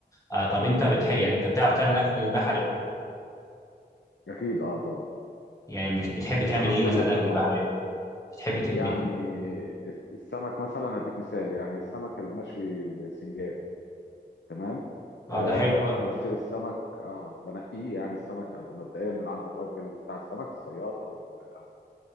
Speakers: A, on the left; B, on the left.
A: آه طب انت بتحب
B: اكيد
A: يعني انت بتعرف تعمل اكل بحري بقى
B: اكيد اه طبعا
A: يعني مش- بتحب
B: السمك
A: تعمل ايه
B: كله
A: مثلا
B: بانواعه
A: اكل بحري بتحبي ت-
B: يعني
A: بت... مم.
B: السمك مثلا هديك مثال يعني السمك المشوي السنجاري تمام
A: اه
B: آه
A: ده حلو
B: طبعا
A: ده
B: انا بشتري السمك اه بنقيه يعني السمك مبدئيا من عند الراجل بتاع السمك الصياد او ال- او